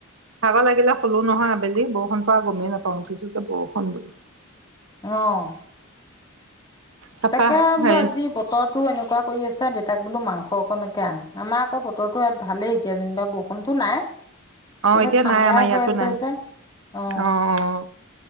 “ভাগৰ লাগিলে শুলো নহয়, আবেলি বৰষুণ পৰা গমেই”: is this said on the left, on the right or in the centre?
Right